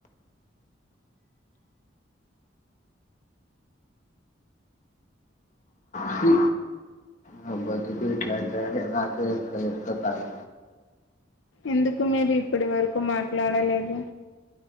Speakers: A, on the left; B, on the left.
A: చి నాబతుకు ఇట్ల అయితదని నాకే ఎరకైతాది
B: ఎందుకు మీరు ఇప్పడి వరకు మాట్లాడలేదు